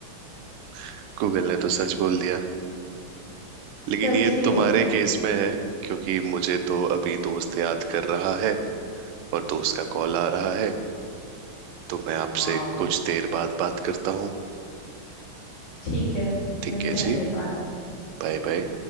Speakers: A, on the right (about 85°); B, on the left (about 55°).
A: <laughs> गूगल ने तो सच बोल दिया लेकिन
B: सच
A: ये
B: ही
A: तुम्हारे
B: होगा
A: केस में है क्योंकि मुझे तो अभी दोस्त याद कर रहा है और दोस्त का कॉल आ रहा है तो मैं आपसे
B: वाह
A: कुछ देर बाद बात करता हूँ
B: ठीक है
A: ठीक
B: मिलते
A: है
B: हैं
A: जी
B: फिर बाद
A: बाय बाय